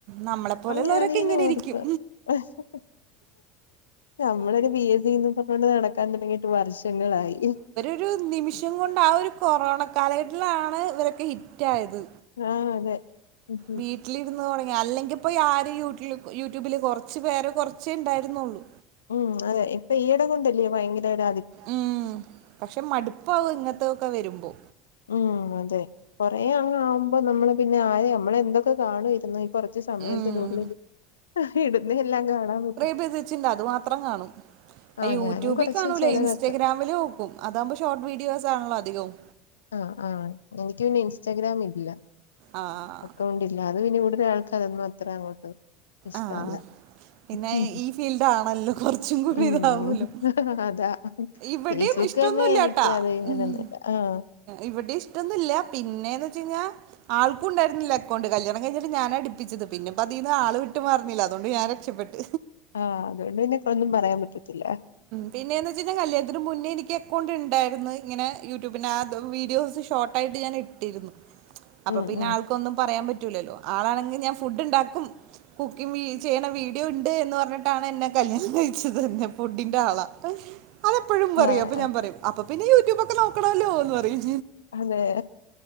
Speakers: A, on the right (about 60°); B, on the left (about 80°).
A: നമ്മളെ പോലെയുള്ളവരൊക്കെ
B: അത്‌ ഞാനിങ്ങനെ
A: ഇങ്ങനെ
B: ഓർക്ക
A: ഇരിക്കും
B: ഹ് ഹ് നമ്മളൊരു ബി എസ്സി ന്ന് പറഞ്ഞൊണ്ട് നടക്കാ തൊടങ്ങിട്ട് വർഷങ്ങളായി
A: ഒരു നിമിഷം കൊണ്ട് ആ ഒരു കൊറോണ കാലഘട്ടത്തിലാണ് ഇവരൊക്കെ ഹിറ്റായത്
B: ആഹ് അതെ ഉം ഉം
A: വീട് ട്ടിലിരുന്ന് തൊടങ്ങി അല്ലെങ്കി ഇപ്പോ യാര് യൂറ്റ്ലൂ യൂട്യൂബില് കൊറച്ച് പേരെ കൊറച്ചേണ്ടായിരുന്നുള്ളു
B: ഉം അതെ ഇപ്പൊ ഈയിട കൊണ്ടല്ല്യോ ഭയങ്കരോരു
A: ഉം പക്ഷെ മടുപ്പാവു ഇങ്ങൻത്തൊക്കെ വരുമ്പോ
B: ഉം അതെ കൊറേ അങ്ങാകുമ്പോ നമ്മള് പിന്നെ ആരെ നമ്മളന്തൊക്കെ കാണുമായിരുന്നു കൊ ച്ച സമയത്തിനുള്ളിൽ
A: ഉം
B: ഇടുന്ന എല്ലാം കാണാൻ പറ്റൊ
A: പ്പേത് വച്ണ്ട് അത് മാത്രം കാണും പ്പ
B: ആഹ്
A: യൂട്യൂബി
B: ഞാനും കൊറച്ച്
A: കാണൂല്ല
B: ചെലതൊക്കെ
A: ഇൻസ്റ്റഗ്രാമി നോക്കും അതാകുമ്പോ ഷോർട്ട് വീഡിയോസ് ആണല്ലോ അധികവും
B: ആഹ് ആഹ് എനിക്ക് പിന്നെ ഇൻസ്റ്റഗ്രാം ഇല്ല
A: ആഹ്
B: അക്കൗണ്ടി അല്ലാതെ പിന്നെ ഇവിടുത്തെ ആൾക്ക് അതൊന്നും അത്ര അങ്ങോട്ട് ഇഷ്ടവല്ല
A: ആഹ് പിന്നെ
B: ഉം
A: ഈ ഫീൽഡ് ആണല്ലോ കുറച്ചും കൂടി
B: ഉം
A: ഇതാവൂലോ
B: അതാ
A: ഇവിടെയും
B: ഫേസ്ബുക്ക്
A: ഇഷ്ടൊന്നുല്ലാട്ടാ
B: തന്നെ എനിക്ക് അത് ഇങ്ങനെയൊന്നുവില്ല
A: ഉം
B: ആഹ്
A: ഇവിടെ ഇഷ്ടൊന്നില്ല പിന്നേന്ന് വെച്ച് കഴിഞ്ഞാ ആൾക്കും ഉണ്ടായിരുന്നില്ല അക്കൗണ്ട് കല്യാണം കഴിഞ്ഞിട്ട് ഞാനാ എടു പ്പിച്ചത് പിന്നെ ഇപ്പോ അതീന്ന് ആള് വിട്ട് മാറുന്നില്ല അത് കൊണ്ട് ഞാൻ രക്ഷപ്പെട്ട്
B: ആഹ് അതുകൊണ്ട് പിന്നെ എക്കൊന്നും പറയാൻ പറ്റത്തില്ല
A: പിന്നേന്ന് വെച്ച് കഴിഞ്ഞാൽ കല്യാണത്തിന് മുന്നേ എനിക്ക് അക്കൗണ്ട് ഉണ്ടായിരുന്നു ഇങ്ങനെ യൂട്യൂബിന് ആ വീഡിയോസ് ഷോട്ടായിട്ട് ഞാന് ഇ ട്ടിരുന്നു അപ്പൊ
B: ഉം
A: പിന്നെ
B: ഉം
A: ആൾക്കൊന്നും പറയാൻ പറ്റൂലല്ലോ ആളാണെങ്കിൽ ഞാൻ ഫുഡ് ഉണ്ടാക്കും കുക്കിംഗ് ചെയ്യണ വീഡിയോ ഉണ്ട് എന്ന് പറഞ്ഞിട്ടാണ് എന്നെ കല്യാണം കഴിച്ചത് തന്നെ ഫുഡിന്റെ ആളാ അതെപ്പഴും പറയും
B: ആഹ്
A: അപ്പൊ ഞാൻ പറയും അപ്പൊ പിന്നെ യൂട്യൂബൊക്കെ നോക്കണോല്ലോ എന്ന് പറയും
B: അതെ